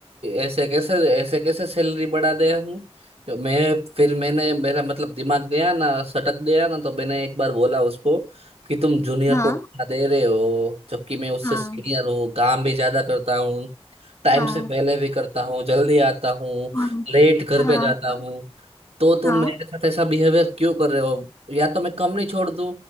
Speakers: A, on the right; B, on the left.
A: ऐसे कैसे ऐसे कैसे सैलरी बढ़ा दे हम तो मैं फिर मैंने मेरा मतलब दिमाग गया ना सटक गया ना तो मैंने एक बार बोला उसको कि तुम जूनियर
B: हाँ
A: को इतना दे रहे हो जबकि मैं उससे
B: हाँ
A: सीनियर हूँ काम भी ज्यादा करता हूँ टाइम
B: हाँ
A: से पहले भी करता हूँ जल्दी आता हूँ
B: हाँ
A: लेट घर
B: हाँ
A: पे
B: हाँ
A: जाता हूँ तो तुम
B: हाँ
A: मेरे साथ ऐसा बिहेवियर क्यों कर रहे हो या तो मैं कंपनी छोड़ दूँ